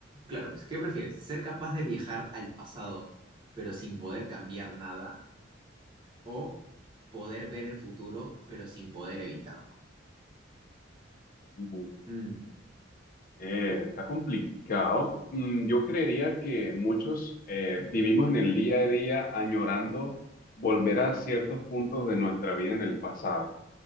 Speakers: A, on the right; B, on the left.
A: claro, pues, ¿qué prefieres? ¿Ser capaz de viajar al pasado, pero sin poder cambiar nada? ¿O poder ver el futuro, pero sin poder evitarlo?
B: Mm,
A: Mm.
B: eh, está complicado. Mm, yo creería que muchos eh, vivimos en el día a día añorando volver a ciertos puntos de nuestra vida en el pasado.